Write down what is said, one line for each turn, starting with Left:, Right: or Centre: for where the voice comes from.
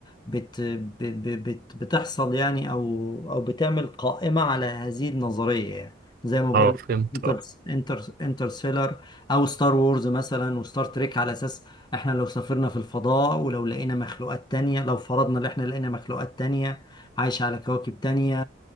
Left: بت... ب... ب... بت... بتحصل يعني أو أو بتعمل قائمة على هذه النظرية يعني زي ما بقول
Right: اه فهمت
Left: انتر
Right: اه
Left: انتر انترستيلر او ستار وورز مثلا وستار تريك على اساس احنا لو سافرنا في الفضاء ولو لقينا مخلوقات تانية لو فرضنا ان احنا لقينا مخلوقات تانية عايش على كواكب تانية